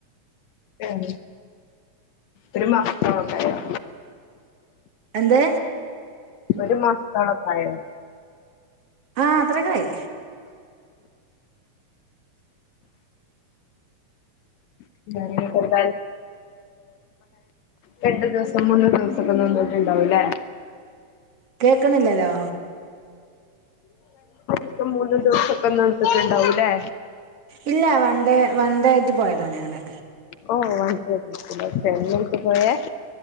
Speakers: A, on the left; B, on the right.
A: ആഹ് ഒര് മാസത്തോളൊക്കെ ആയോ
B: എന്ത്
A: ഒരു മാസത്തോളൊക്കെ ആയോ
B: ആഹ് അത്രക്കെ ആയി
A: <unintelligible> രണ്ട് ദിവസം മൂന്ന് ദിവസൊക്കെ നിന്നിട്ടുണ്ടാവും അല്ലേ
B: കേക്ക്ണില്ലലോ
A: ഇപ്പം മൂന്ന് ദിവസൊക്കെ നിന്നിട്ടുണ്ടാവുംല്ലേ
B: ഇല്ല വണ്ടേ വണ്ടേ ആയിട്ട് പോയതാ ഞങ്ങള്
A: ഓ വണ്ടേ ട്രിപ്പില് ഫാമിലി ആയിട്ട പോയെ